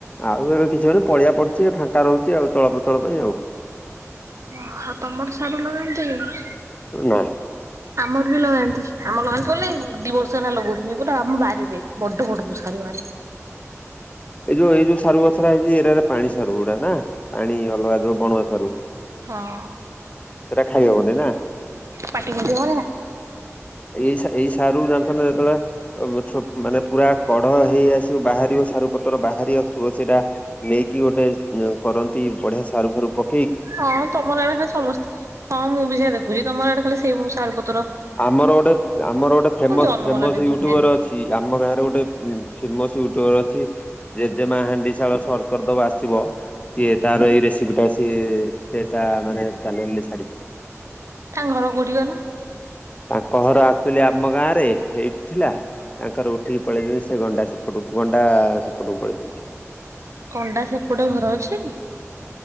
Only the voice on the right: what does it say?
ଓଉ ତମର ସାରୁ ଲଗାନ୍ତ କି?
ଆମର ବି ଲଗାନ୍ତି। ଆମ ଲଗାନ୍ତି ତୁ ହେଲେ ଦି ବର୍ଷ ହେଲା ଲାଗୁଛି। ସେ ପଟା ଆମ ବାରିରେ ବଡ ବଡ ସାରୁ ବାହାରେ।
ହଁ
ପାଟି କୁଣ୍ଡେଇ ହବନି ନା
ହଁ ତମର ଆଡେ ଖାଲି ସମସ୍ତେ ହଁ ମୁଁ ବି ସେ ଦେଖୁଛି ତମର ଆଡେ ଖାଲି ସେଇ ସ
ମୁଁ ଜନ୍ମ
ହେଲା ଦିନଠୁ
ଖାଇନି
ତାଙ୍କ ଘର କୋଉଠି କହିଲ?
ଓହୋ।
କଣ୍ଡା ସେପଟେ ଘର ଅଛି।